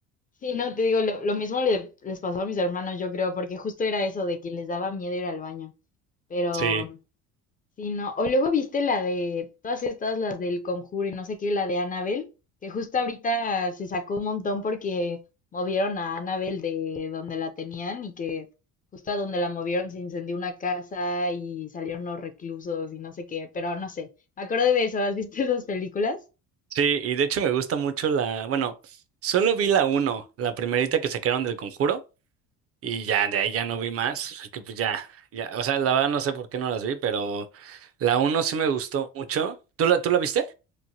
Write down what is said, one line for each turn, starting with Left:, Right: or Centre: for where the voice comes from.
Left: Sí, no, te digo, lo, lo mismo le- les pasó a mis hermanos, yo creo, porque justo era eso de que les daba miedo ir al baño. Pero,
Right: Sí.
Left: sí, no. O luego viste la de todas estas, las del Conjuro y no sé qué, la de Annabelle, que justo ahorita se sacó un montón porque movieron a Annabelle de donde la tenían y que justo a donde la movieron se incendió una casa y salieron los reclusos y no sé qué, pero no sé. Me acuerdo de eso, ¿has visto esas películas?
Right: Sí, y de hecho me gusta mucho la, bueno, solo vi la uno, la primerita que sacaron del Conjuro, y ya de ahí ya no vi más, así que pues ya, ya, o sea, la verdad no sé por qué no las vi, pero la uno sí me gustó mucho. ¿Tú la, tú la viste?